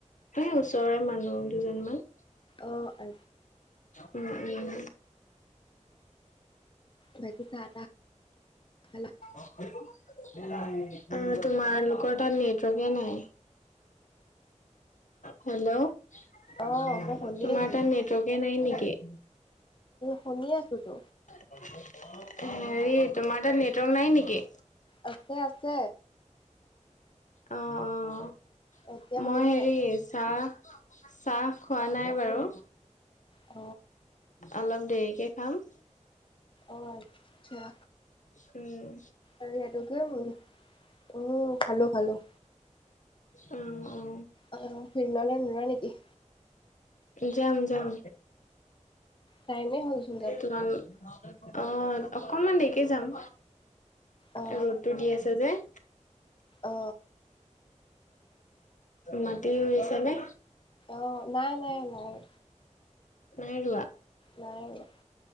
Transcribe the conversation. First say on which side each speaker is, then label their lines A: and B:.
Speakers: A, on the left; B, on the left.
A: এই ওচৰৰে মানুহ দুজনমান।
B: অ', আ
A: উম, উম।
B: বাকী চাহ তাহ খালা।
A: আৰু তোমাৰ লোকৰ তাত নেটৱৰ্কে নাই। হেল্ল'। তোমাৰ
B: অ মই শুনি আছো
A: তাত নেটৱৰ্কে নাই নেকি।
B: শুনি আছো তো।
A: হেৰি তোমাৰ তাত নেটৱৰ্ক নাই নেকি।
B: আছে, আছে।
A: অ', অ',
B: এতিয়া
A: মই
B: শুনিছা
A: হেৰি
B: নাই
A: চাহ চাহ খোৱা নাই বাৰু।
B: অ
A: অলপ দেৰিকে খাম।
B: অ', আচ্চা।
A: হম।
B: আৰু ইয়াতকৈ কি উম খালোঁ খালোঁ।
A: উম, উম।
B: অ', ফিল্ডলে নৌৰা নেকি।
A: যাম, যাম
B: টাইমে হ'লচোন যাব
A: তোমালোক অ', অকনমান দেৰিকে যাম।
B: অ
A: ৰ'দটো দি আছে যে। অ',
B: অ
A: মাটি ৰুইছানে?
B: অ', নাই, নাই, নাই মই
A: নাই ৰোৱা।
B: নাই